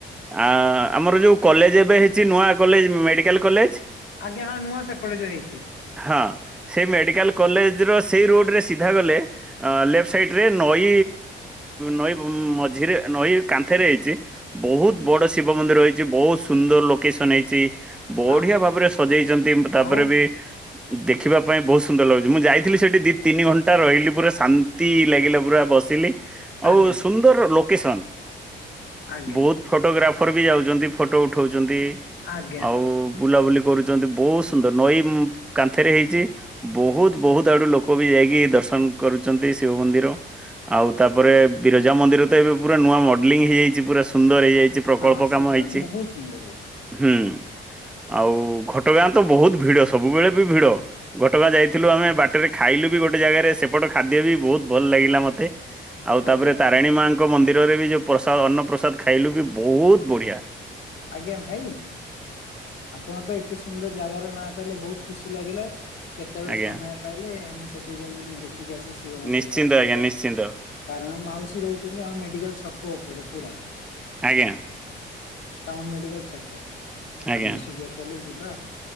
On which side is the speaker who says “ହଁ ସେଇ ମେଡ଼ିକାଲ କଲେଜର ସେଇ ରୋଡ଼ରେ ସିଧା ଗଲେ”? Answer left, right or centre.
Centre